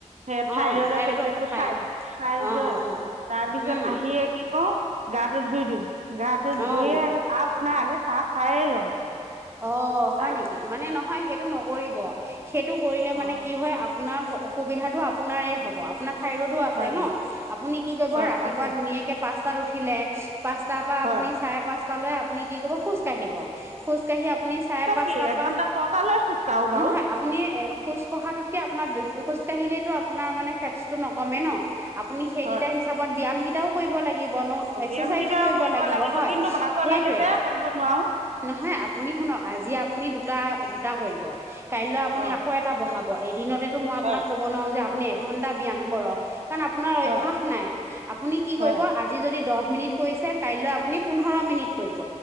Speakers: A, on the right (about 70°); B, on the right (about 20°).
A: সেই থাইৰয়ডৰ
B: অঁ থাইৰডৰ
A: টেবলেটতো
B: ঔষধ খায়
A: খাই খায়
B: অঁ
A: লৈ,
B: অঁ
A: তাৰপিছত
B: উম
A: আহিয়ে কি কওঁ? গাটো ধুই দিওঁ। গাটো ধুইয়ে
B: অঁ
A: চাহ বনাই আগে চাহ খায়ে লওঁ।
B: অঁ
A: তাৰ
B: হয় নেকি, মানে নহয় সেইটো নকৰিব। সেইটো কৰিলে মানে
A: অঁ
B: কি হয়, আপোনাৰ অসুবিধাটো আপোনাৰে হ'ব, আপোনাক থাইৰয়ডও আছে
A: হয়
B: নহ,
A: নেকি
B: আপুনি কি কৰিব
A: হয়
B: ৰাতিপুৱা
A: আছে
B: ধুনীয়াকেই পাঁচ তাত উঠিলে। পাঁচটাৰ পৰা
A: হয়
B: আপুনি চাৰে পাঁচ তালৈ আপুনি কি কব খোজকাঢ়িব। খোজকাঢ়ি আপুনি চাৰে পাঁচটা
A: কি এঘণ্টা
B: পা,
A: ছটালৈ খোজকাঢ়োঁ বাৰু
B: নহয়, আপুনি খোজকঢ়াটোতকে আপোনাৰ কাঢ়িলেতো আপোনাৰ মানে ফেটচটো নকমে ন। আপুনি সেইকেইটা
A: হয়
B: হিচাপত ব্যায়াম গি তাও কৰিব লাগে। কিবনো,
A: অঁ
B: এক্সেৰচাইজও
A: ব্যায়ামকেইটাও
B: কৰিব লাগিব হয়,
A: কিন্তু ভাগৰ
B: সেইটোৱে,
A: লাগে যে কৰিব নোৱাৰোঁ
B: নহয় আপ আজি আপুনি দুটা, দুটা কৰিব। কাইলৈ আপুনি
A: অঁ
B: আকৌ এটা বঢ়াব। ক, এদিনতে মই আপোনাক
A: হয়
B: ক'ব নোৱাৰো যে আপু আপুনি এঘন্টা ব্যায়াম কৰক কাৰণ আপোনাৰ অভ্যাস
A: হয়
B: নাই, আপুনি কি
A: হয়
B: কৰিব আজি যদি দহ দহ মিনিট কৰিছে, কাইলৈ আপুনি পোন্ধৰ মিনিট কৰিব।